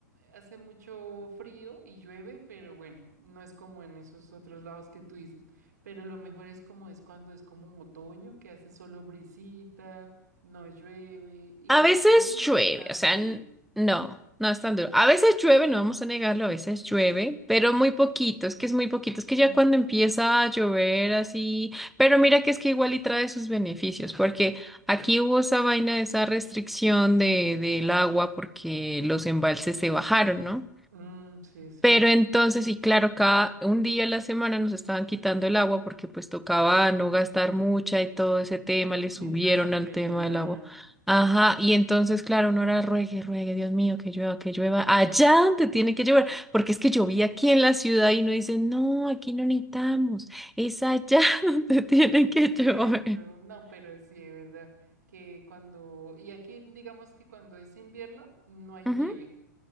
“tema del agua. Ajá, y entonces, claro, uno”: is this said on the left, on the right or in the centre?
Centre